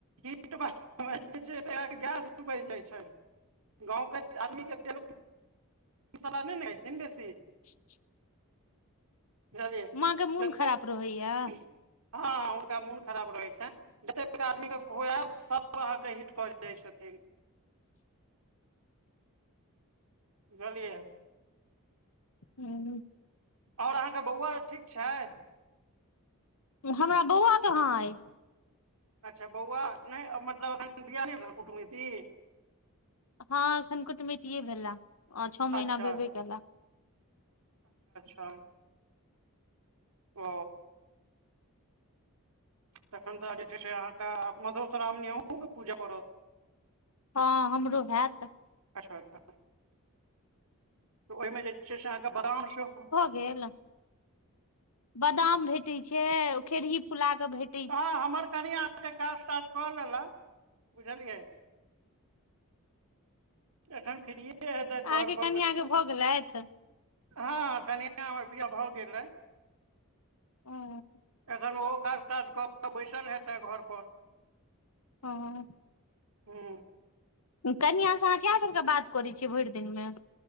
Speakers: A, on the right; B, on the left.
A: हीट बनबै छियै त गैस बढ़ जाइ छै, गाँवके आदमी के तेल सला नहि ने खेतीन बेसी।
B: <inaudible>
A: बुझलियै
B: माँ के मोन
A: जतेक
B: खराब रहैया
A: हँ हुनका मोन खराब रहैत छनि, जतेक आदमीकेँ खुएब सभ ओ अहाँके हिट कर जाइ छथिन। बुझलियै।
B: हूं।
A: ओर अहाँके बौआ ठीक छैथ।
B: हमरा बौआ कहाँ अछि।
A: अच्छा बौआ नहि मतलब एखन बियाह नहि भेलै कुटुमैती।
B: हँ एखन कुटमतिये भेले छह महीना
A: अच्छा
B: भेबे करले।
A: हअम। ओ तखन तऽ जे छै से अहाँके मधुश्रावणी अहूँके पूजअ पड़त।
B: हँ हमरो हैत।
A: अच्छा- अच्छा, ओहिमे जे छै से अहाँ के बादाम सेहो
B: केला। बादाम भेटैत छै ओ खेरही फुला के भेट
A: हँ हमर कनियां अहाँके काज ताज कऽ लेलक बुझलियै। एखन फरिये हेतैथ
B: अहाँके
A: घर पर
B: कनिया
A: बस
B: के भऽ गेलथि
A: हँ कनिआ हमर बिआ भऽ गेलै।
B: हँ
A: एखन ओहो काज ताज कऽ कऽ बैसल हेतै घर पर।
B: हँ हॅं।
A: हँ।
B: कनिआँ से अहाँ केए बेररके बात करै छियै भरि दिनमे